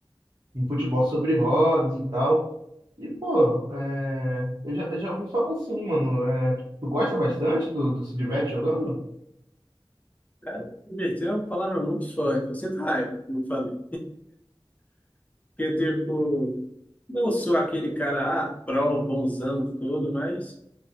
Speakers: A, on the right; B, on the left.
A: um futebol sobre rodas e tal. E, pô, é, eu já, eu já ouvi falar assim, mano. é, Tu gosta bastante do, do se diverte jogando?
B: Cara, divertir é uma palavra muito forte. Eu sinto raiva, quando falo. Porque, tipo, não sou aquele cara, ah, pró, bonzão, todo, mas,